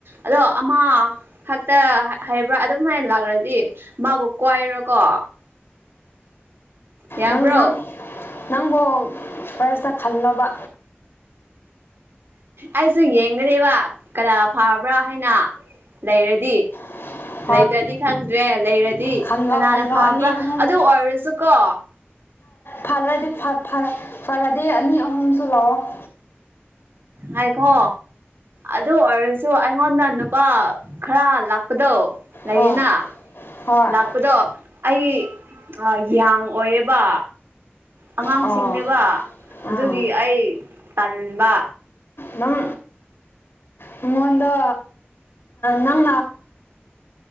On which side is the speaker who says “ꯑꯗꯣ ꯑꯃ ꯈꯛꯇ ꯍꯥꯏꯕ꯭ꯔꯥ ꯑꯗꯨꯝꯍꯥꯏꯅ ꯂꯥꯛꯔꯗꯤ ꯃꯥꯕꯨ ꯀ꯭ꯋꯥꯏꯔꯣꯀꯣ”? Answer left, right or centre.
Right